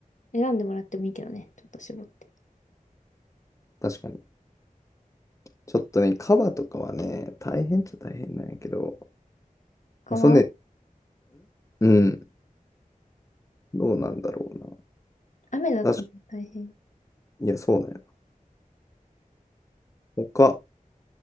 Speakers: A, on the left; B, on the left.
A: 選んでもらってもいいけどね、ちょっと絞って。
B: 確かに。ちょっとね、カバとかはね、大変っちゃ大変なんやけど、
A: 川
B: まあ、そんねんうん。どうなんだろう
A: 雨だとね大変。
B: な。確かいや、そうなんやな。他、